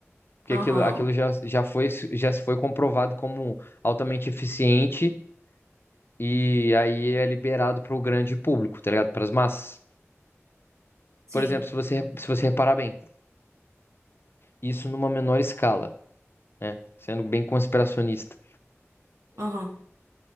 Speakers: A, on the left; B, on the right.
A: Porque
B: Aham.
A: aquilo, aquilo já, já foi, já se foi comprovado como altamente eficiente e aí é liberado para o grande público, tá ligado? Para as massas.
B: Sim.
A: Por exemplo, se você, se você reparar bem, isso numa menor escala, né? Sendo bem conspiracionista.
B: Aham.